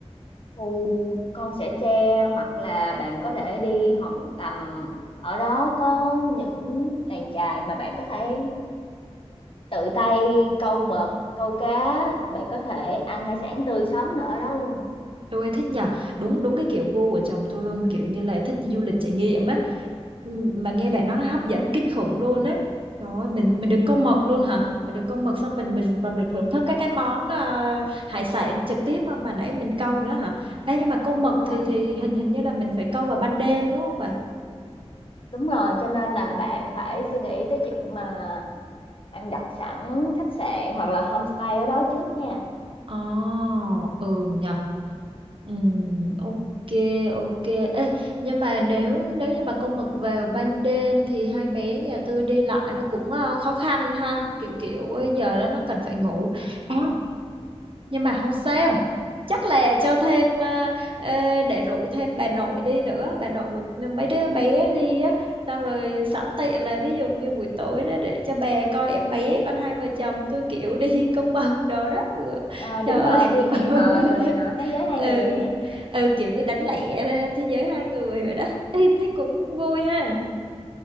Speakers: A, on the left; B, on the right.
A: khu Con Sẻ Tre hoặc là bạn có thể đi Hòn Tầm ở đó có những làng chài mà bạn có thể tự tay câu mực câu cá bạn có thể ăn hải sản tươi sống nữa ở đó luôn
B: Ôi thích nhờ đúng đúng cái kiểu gu của chồng tôi luôn kiểu như là thích du lịch trải nghiệm á Ừ, mà nghe bạn nói nó hấp dẫn kinh khủng luôn á trời ơi mình mình được câu mực luôn hả mình được câu mực xong mình mình còn được thưởng thức các cái món ờ, hải sản trực tiếp mà nãy mình câu nữa hả Ê, nhưng mà câu mực
A: đúng rồi
B: thì thì hình hình như là mình phải câu vào ban đêm đúng không bà
A: đúng rồi cho nên là bạn phải suy nghĩ tới chuyện mà bạn đặt sẵn khách sạn hoặc là homestay ở đó trước nha
B: Ồ, ừ nhờ. Ừ, ok, ok. Ê, nhưng mà nếu nếu như mà con mực vào ban đêm thì hai bé nhà tôi đi lại nó cũng ờ, khó khăn ha. Kiểu kiểu ờ, giờ đó nó cần phải ngủ. À nhưng mà không sao chắc là cho thêm ờ, ờ, để rủ thêm bà nội đi nữa bà nội của mấy đứa bé đi á xong rồi sẵn tiện là ví dụ như buổi tối đó để cho bà coi em bé còn hai vợ chồng tôi kiểu đi <laughs> câu mực đồ đó vừa
A: Ờ,
B: trời
A: đúng
B: ơi
A: rồi đi
B: <laughs>
A: hẹn hò đồ này nọ thế giới hai
B: ừ.
A: người nè
B: ừ kiểu như đánh lẻ thế giới hai người vậy đó Ê, thế cũng vui ha